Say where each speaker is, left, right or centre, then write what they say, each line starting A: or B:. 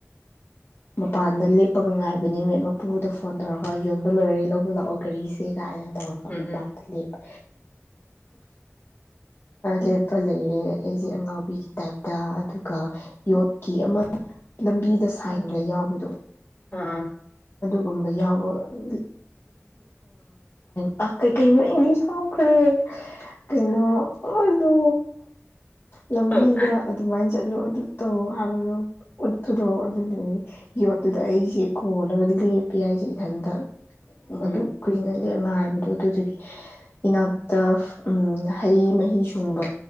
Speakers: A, on the left; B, on the left.
A: ꯃꯄꯥꯟꯗ ꯂꯦꯞꯄꯒ ꯉꯥꯏꯕꯅꯤ ꯃ ꯃꯄꯨꯗ ꯐꯣꯟ ꯇꯧꯔꯒ ꯌꯣꯟꯕ ꯂꯣꯏꯔꯦ ꯂꯧꯕ ꯂꯥꯛꯑꯣ ꯒꯥꯔꯤꯁꯦ ꯀꯥꯏꯅ ꯇꯧꯔꯒ
B: ꯎꯝ
A: ꯃꯄꯥꯟꯗ
B: ꯎꯝ
A: ꯂꯦꯞꯄ ꯂꯦꯞꯄ ꯂꯩꯌꯦꯦ ꯑꯩꯁꯦ ꯑꯉꯥꯎꯕꯤꯒꯤ ꯇꯥꯏꯞꯇ ꯑꯗꯨꯒ ꯌꯣꯠꯀꯤ ꯑꯃ ꯂꯝꯕꯤꯗ ꯁꯥꯏꯟꯒ ꯌꯥꯎꯕꯗꯣ
B: ꯑꯥ ꯑ
A: ꯨꯝꯕ ꯌꯥꯎꯕꯥꯏꯟ ꯀ ꯀꯩ ꯏꯪꯂꯤꯁ ꯍꯥꯎꯈ꯭ꯔꯦ ꯀꯩꯅꯣ ꯃꯗ ꯂꯝꯕꯤꯗ
B: ꯑꯥ
A: ꯑꯗꯨꯃꯥꯏꯅ ꯆꯠꯂꯨ ꯑꯗꯨꯠꯇ ꯍꯥꯏ ꯎꯠꯇꯨꯗꯣ ꯑꯗꯨꯗꯨ ꯌꯣꯠꯇꯨꯗ ꯑꯩꯁꯦ ꯀꯣꯜꯂꯒ ꯂꯦꯞꯄꯦ ꯍꯥꯏꯏꯁꯦ ꯏꯊꯟꯇ ꯃꯗꯨ
B: ꯎꯝ
A: ꯀꯨꯏꯅ ꯂ ꯉꯥꯏꯕꯗꯣ ꯑꯗꯨꯗꯒꯤ ꯏꯅꯥꯛꯇ ꯎꯝ ꯍꯩ ꯃꯍꯤ ꯁꯨꯡꯕ